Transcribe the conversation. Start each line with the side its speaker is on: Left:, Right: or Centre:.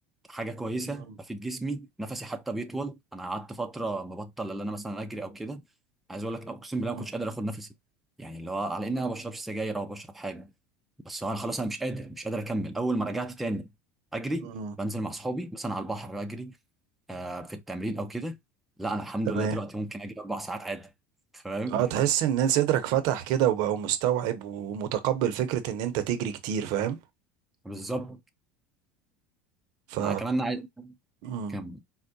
Centre: حاجه كويسه
Right: مم.
Centre: بفيد جسمي نفسي حتى بيطول انا قعدت فتره مبطل ان انا مثلا اجري او كده عايز اقول لك اقسم بالله
Right: مم.
Centre: ما كنتش قادر اخد نفسي يعني اللي هو على ان انا ما بشربش سجاير او بشرب حاجه بس انا خلاص انا مش قادر مش قادر اكمل اول ما رجعت تاني اجري
Right: مم.
Centre: بنزل مع اصحابي مثلا على البحر اجري آه في التمرين او كده لا انا الحمد
Right: تمام
Centre: لله دلوقتي ممكن اجري اربع ساعات عادي فاهم
Right: اه تحس ان صدرك فتح كده وبقى مستوعب ومتقبل فكرة ان انت تجري كتير فاهم
Centre: بالظبط
Right: ف
Centre: مع كمان عايز
Right: مم.
Centre: كم